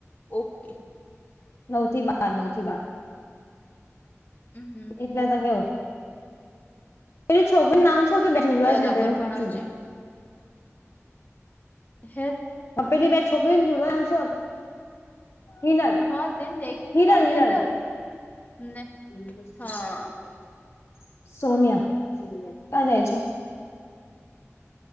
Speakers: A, on the left; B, on the left.
A: -ઓકે
B: નવ થી બાર નવથી બાર
A: હમ
B: એટલે તો કવ. તરી <unintelligible> છોકરીનું નામ શું છે. બે જુડવા
A: બરાબર
B: છે ને ત <unintelligible>
A: ભણાવજે
B: જુદું.
A: હે.
B: પેલી બે છોકરી ને <inaudible> <inaudible> જોડ આમ શો હતો હિનલ
A: હા તેને એકનું
B: હિરલ
A: નામ
B: હિરલ,
A: હેતલ ને
B: <inaudible> <unintelligible>
A: હા
B: <inaudible> સોનિયા, સોનિયા ક્યાં જાય છે?